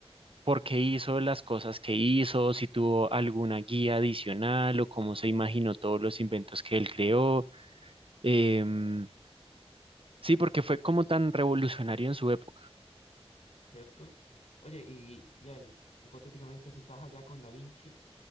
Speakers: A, on the right; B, on the left.
A: por qué hizo las cosas que hizo, si tuvo alguna guía adicional o cómo se imaginó todos los inventos que él creó. Em, Sí, porque fue como tan revolucionario en su época.
B: ¿Cierto? Oye, y ya, hipotéticamente, si estás allá con Da Vinci